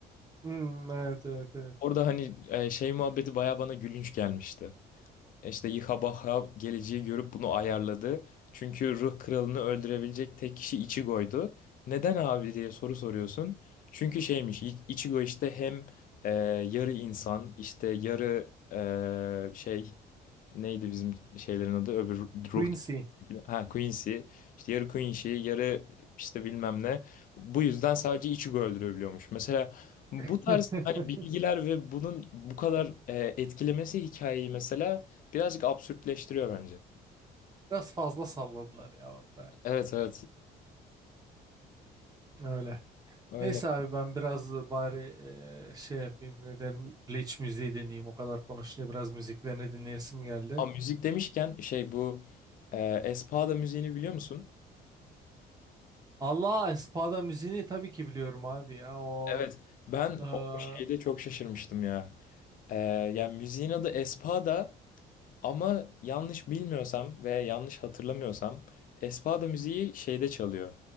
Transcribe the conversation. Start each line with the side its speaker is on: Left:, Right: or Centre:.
Right: hmm, evet evet evet
Left: Orada hani e, şey muhabbeti baya bana gülünç gelmişti. İşte Yihabaha geleceği görüp bunu ayarladı. Çünkü ruh kralını öldürebilecek tek kişi Ichigo'ydu. Neden abi diye soru soruyorsun. Çünkü şeymiş İ- Ichigo işte hem e, yarı insan işte yarı e, şey neydi bizim şeylerin adı öbür ruh
Right: Quincy
Left: ha Quincy işte yarı Quincy yarı işte bilmem ne bu yüzden sadece içi öldürebiliyormuş mesela bu
Right: <laughs>
Left: tarz hani bilgiler ve bunun bu kadar e, etkilemesi hikayeyi mesela birazcık absürtleştiriyor bence
Right: biraz fazla salladılar ya orada
Left: evet evet
Right: öyle.
Left: öyle
Right: Neyse abi ben biraz bari eee, şey yapayım neden Bleach müziği dinleyeyim o kadar konuşunca biraz müziklerini dinleyesim geldi.
Left: ama müzik demişken şey bu e, Espada müziğini biliyor musun?
Right: Allah Espada müziğini tabii ki biliyorum abi ya o
Left: Evet ben
Right: eee,
Left: o şeyde çok şaşırmıştım ya. E, yani müziğin adı Espada Ama yanlış bilmiyorsam ve yanlış hatırlamıyorsam Espada müziği şeyde çalıyor.